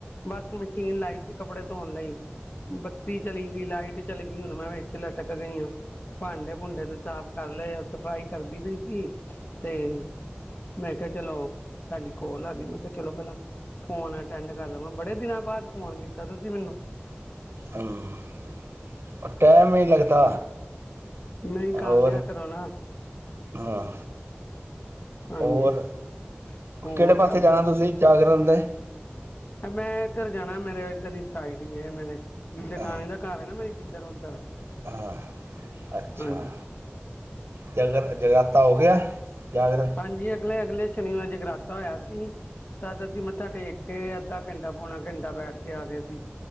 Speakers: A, on the left; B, on the right.
A: ਬਸ ਮਸ਼ੀਨ ਲਾਈ ਸੀ ਕੱਪੜੇ ਧੋਣ ਲਈ, ਬੱਤੀ ਚਲੀ ਗਈ, ਲਾਈਟ ਚਲੀ ਗਈ, ਹੁਣ ਮੈਂ ਵੇਚ ਲਟਕ ਗਈ ਹਾਂ ਭਾਂਡੇ ਭੂੰਡੇ ਤੇ ਸਾਫ਼ ਕਰ ਲਏ ਆ, ਸਫ਼ਾਈ ਕਰਦੀ ਪਈ ਸੀ ਅਤੇ ਮੈਂ ਕਿਹਾ ਚਲੋ, ਤੁਹਾਡੀ ਕਾੱਲ ਆ ਗਈ ਮੈਂ ਚਲੋ ਪਹਿਲਾਂ ਫੋਨ ਅਟੈਂਡ ਕਰ ਲਵਾਂ, ਬੜੇ ਦਿਨਾਂ ਬਾਅਦ ਫੋਨ ਕੀਤਾ ਤੁਸੀਂ ਮੈਨੂੰ
B: ਹੂ, ਟਾਈਮ ਈ ਲਗਦਾ,
A: ਨਹੀਂ ਕਰ
B: ਹੋਰ
A: ਲਿਆ ਕਰੋ ਨਾ
B: ਹਾਂ
A: ਹਾਂਜੀ
B: ਹੋਰ,
A: ਹੋਰ
B: ਕਿਹੜੇ ਪਾਸੇ
A: ਸਭ
B: ਜਾਣਾ ਤੁਸੀਂ ਜਾਗਰਨ ਦੇ
A: ਮੈਂ ਇੱਧਰ ਜਾਣਾ, ਮੇਰੇ ਇੱਧਰ ਦੀ ਸਾਈਡ ਹੀ ਹੈ, ਮੇਰੇ ਜੇਠਾਣੀ
B: ਹਾਂ
A: ਦਾ ਘਰ ਐ ਨਾ ਮੇਰੀ ਜਿੱਧਰ ਉੱਧਰ
B: ਹਾਂ, ਅੱਛਾ
A: ਹਾਂਜੀ
B: ਚਲੋ ਜਗ ਜਗਰਾਤਾ ਹੋ ਗਿਆ ਜਾਗਰਣ
A: ਹਾਂਜੀ ਅਗਲੇ-ਅਗਲੇ ਸ਼ਨੀਵਾਰ ਜਗਰਾਤਾ ਹੋਇਆ ਸੀ, ਤਦ ਅਸੀਂ ਮੱਥਾ ਟੇਕ ਕੇ ਅੱਧਾ ਘੰਟਾ ਪਾਉਣਾ ਘੰਟਾ ਬੈਠ ਕੇ ਆ ਗਏ ਸੀ,